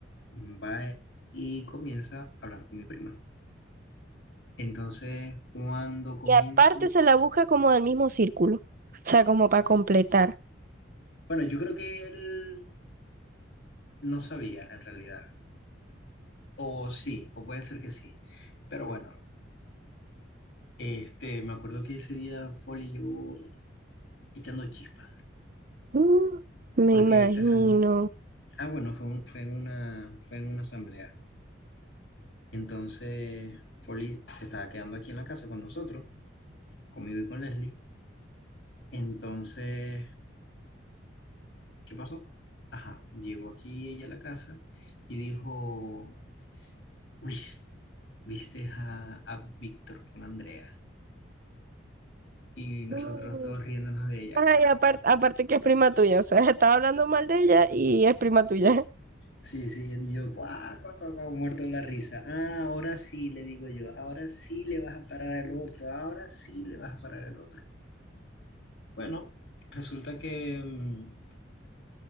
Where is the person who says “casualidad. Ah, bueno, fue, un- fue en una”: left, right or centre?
Left